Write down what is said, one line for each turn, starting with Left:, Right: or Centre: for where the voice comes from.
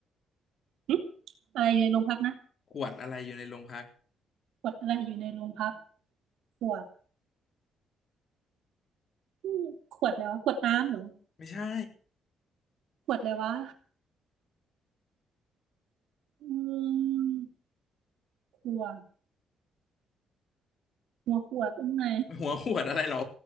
Right: หึอะไรอยู่ในโรงพักนะ
Left: ขวดอะไรอยู่ในโรงพัก
Right: ขวดอะไรอยู่ในโรงพักขวดอืมขวดแล้วะขวดน้ำเหรอ
Left: ไม่ใช่
Right: ขวดเลยวะอืมขวดหัวขวดตรงไหน
Left: หัวขวดอะไรหรอ